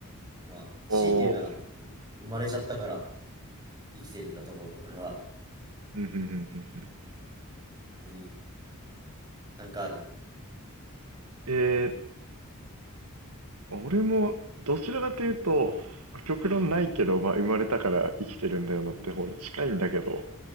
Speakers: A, on the right (about 20°); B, on the right (about 85°).
A: まあ、強いて言うなら、
B: おー
A: 生まれちゃったから生きてるんだと思う。俺は、
B: うんうんうんうんうん
A: 普通になんかある。
B: えー、俺もどちらかというと極論ないけど、まあ、生まれたから生きてるんだよなって方に近いんだけど
A: うん、うん、